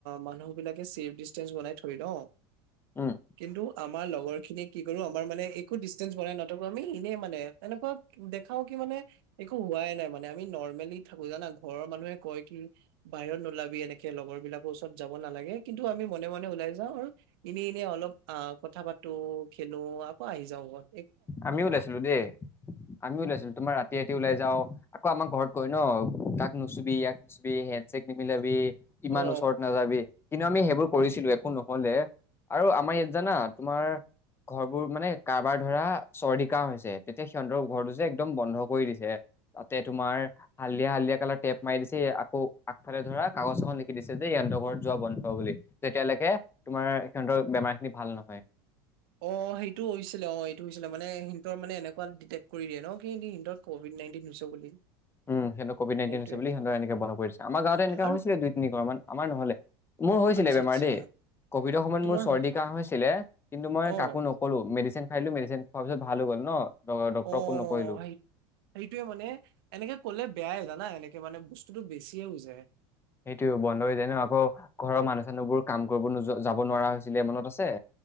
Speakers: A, on the right; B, on the left.
A: মানুহ বিলাক লাকে চেভ দিচতেঞ্চ বনাই থই ন
B: উম
A: কিন্তু আমাৰ লগৰ খিনি কি কৰো আমাৰ মানে একো ডিষ্টেঞ্চ বনাই নাথাকো আমি এনেই মানে তেনেকুৱা দেখাও কি মানে একো হোৱাই নাই মানে। আমি নৰ্মেলি থাকো জানা ঘৰৰ মানুহে কয় কি বাহিৰত নোলাবি এনেকে লগৰ বিলাকৰ ওচৰত যাব নালাগে লাগে কিন্তু আমি মনে -মনে ওলাই যাওঁ আৰু এনে-এনে অলপ অ কথা পাতো খেলো আকৌ আহি এই যাওক ক'ত।
B: আমিও ওলাইছিলো দেই, আমিও ওলাইছিলো, তোমাৰ ৰাতি ৰাতি ওলাই যাও ক আমাৰ ঘৰত কয় ন, তাক নুচুবি, ইয়াক নুচুবি, হেণ্ড চেক নিমিলাবি ইমান
A: অ
B: ওচৰত নাযাবি। কিন্তু আমি সেইবোৰ কৰিছিলো একো নহলে আৰু আমাৰ ইয়াত জানা তোমাৰ ঘৰবোৰ মানে, কাৰবাৰ ধৰা চৰ্দি কাহ হৈছে তেতিয়া সিহঁতৰ ঘৰটো যে একদম বন্ধ কৰি দিছে তাতে তোমাৰ হালধীয়া হালধীয়া কিয়া টেপ মাৰ দিছে আকৌ আগফালে ধৰা কাগজ এখন লিখি দিছে যে ইহঁৰ ঘৰত যোৱা বন্ধ বুলি, তেতিয়া তাকে তোমাৰ সিহঁতৰ বেমাৰ খিনি ভাল নহয়।
A: অ সেইটো হৈছিলে অ এইটো হৈছিলে মানে হেতৰ মানে এনেক- কোৱাল ডিটেকট কৰি দিয়ে ন কি ইনতত ক'ভিড নাইণ্টিন হৈছে বুলি।
B: উম সিহঁত কভিড নাইণ্টিন
A: সেইটোয়ে
B: হৈছে বুলি সিহঁত এক বন্ধ কৰিছে আমাৰ গাঁৱতে
A: এইটো-
B: এনেকুৱা
A: আৰু
B: হৈছিলে দুই তিনি ঘৰমান আমাৰ নহলে। মোৰ হৈছিলে
A: আচ্ছা
B: বেমাৰ
A: আচ্ছা
B: দেই কভিডৰ সময়ত
A: তোমাৰ
B: মোৰ চৰ্দি কাহ হৈছিলে। কিন্তু মই
A: অ
B: কাকো নকলো মেডিচিন খাইলো মেডিচিন খোৱাৰ পিছত ভাল হৈ গল ন। ড- ডক্তৰক
A: অ
B: ফোন নকৰিলো।
A: সেই সেইটোৱে মানে এনেকে ক'লে বেয়াই জানা এনেকে মানে বস্তুতটো বেছিয়ে হৈ যায়।
B: সেইটো বন্ধ হৈ জানো আকৌ ঘৰৰ মানুহ চানুহবোৰ কাম কৰিব যাব নোৱাৰা হৈছিলে মনত আছে।